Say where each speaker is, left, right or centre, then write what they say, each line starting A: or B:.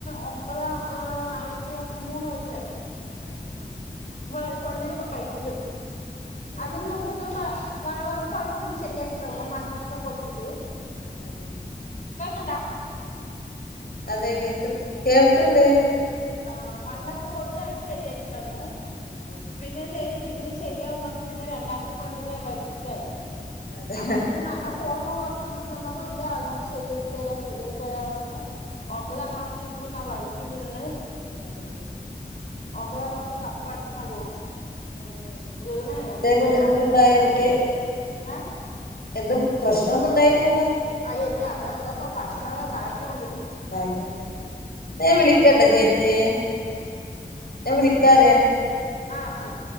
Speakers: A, on the left; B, on the left.
A: ഒമ്പതാം ആ അവന്ക്ക് വന്നിട്ട് മൂന്ന് വയസായി.
B: അതെ.
A: വെ പെണ്ണിന് വയറ്റിലും
B: ഏ
A: അതിന് നമ്മ്ക്ക് ഇങ്ങനെ മ മഴ വന്ന്. അപ്പൊ അവര് പിന്നെ ശരിയാക്കി തന്നു മണ്ണൊക്കെ കൊട്ടിട്ട്.
B: അതെ.
A: കേക്ക്ണ്ടാ.
B: അതെ കേക്ക്ണ്ട് കേൾക്ക്ണ്ട്.
A: ആഹ് മണ്ണൊക്കെ കൊട്ടി അവര് ശരിയാക്കി തന്നു
B: അതെ
A: പിന്നെ ശരി. പിന്നി ശര്യാവും പർഞ്ഞ് പിന്നെ രണ്ടാമത്തെ പെണ്ണിനെ വയറ്റത്തായി
B: അതെ
A: അപ്പൊ പിന്നെ ന്നങ്ങ. പോണു പർഞ്ഞിട്ട് നിന്നപ്പോ ഇല്ല ഞങ്ങ ശരിയാക്കിത്തര ശരിയാക്കിതരാ പർഞ്. ഒമ്പതാം മാസം ഇരിക്കുമ്പൊ ഞാൻ വഴിക്കി വീണ്.
B: ഹലോ.
A: ഒമ്പതാം മാസം കപ്പ അടിച്ചു ഞാൻ വീണു.
B: അതെ
A: വീണ്
B: എന്തേം
A: പിന്നെ
B: ബുദ്ധിമുട്ട്ണ്ടായൊ
A: അഞ്ച്
B: കുട്ടി.
A: ഏ
B: എന്തും പ്രശ്നൊന്നും ഉണ്ടായില്ലല്ലോ.
A: അയെല്ല അത് എന്താ ഇപ്പ പടച്ചോൻ ഭാഗ്യു ഉണ്ട്.
B: ഭാഗ്യണ്ട് ഇന്ന ഞാൻ വിളിക്കട്ടൊ ചേച്ചിയേ. ഞാൻ വിളിക്കാറ്യ.
A: ആഹ് ശരി.